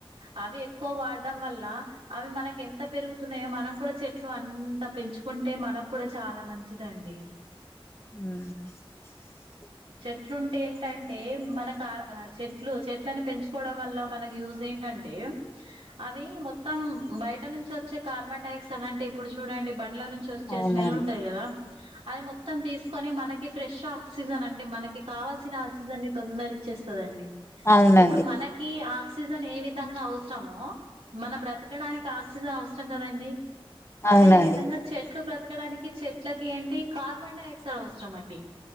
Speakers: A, on the right; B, on the left.
A: అవి ఎక్కువ వాడడం వల్ల అవి మన ఎంత పెరుగుతున్నాయో మనం కూడా చె ట్లో అంత పెంచుకుంటే మనకు కూడ చాలా మంచిదండి.
B: హ్మ్
A: చెట్లుంటే ఏంటంటే మనకు చెట్లు చెట్లు ట్లని పెంచుకోవడం వల్ల మనకి యూజ్ ఏంటంటే? అవి మొత్తం బయ ట నుంచొచ్చే కార్బన్డయాక్సం అంటే ఇప్పుడు చూడండి బ ల నుంచి వచ్చే
B: అవునండి
A: స్మెల్ ఉంటది గదా, అది మొత్తం తీసుకొని మన ఫ్రెష్షా సీజన్ అంటే మనకి కావాల్సిన ఆక్సిజన్ ని తొందర ఇచ్చేస్తదండి.
B: అవునండి
A: ఇప్పుడు మనకి ఆ క్సిజన్ ఏ విధంగా అవసరమో మనం బ్రతకడానికి ఆక్సిజన్ అవు సరం కదండి.
B: అవునండి
A: అదే విధంగా చెట్లు బ్రతి పెట్టడానికి చెట్లకి ఏంటి కార్బన్ డై ఆక్సైడ్ అవసరం అండి.